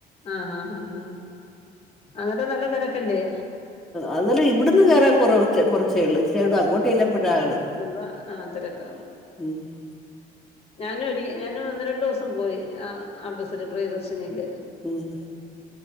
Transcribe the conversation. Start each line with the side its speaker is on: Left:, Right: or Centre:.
Left: ആഹ് ആഹ് ആഹ് ആഹ് അവടെ നല്ല തെരക്കല്ലേ?
Centre: അതല്ല ഇവിട്ന്ന് കേറാന് കൊറ കൊറച്ചേള്ളൂ <unintelligible> അങ്ങോട്ടെല്ലുമ്പഴാണ്.
Left: അഹ് ആഹ് തിരക്കാ.
Centre: <inaudible>
Left: ഞാനു ഒരി ഞാനും ഒന്ന് രണ്ടുസം പോയി ആഹ് ആഹ് ബസ്സിൽ പ്രിയദർശിനിയിൽ.
Centre: ഉം.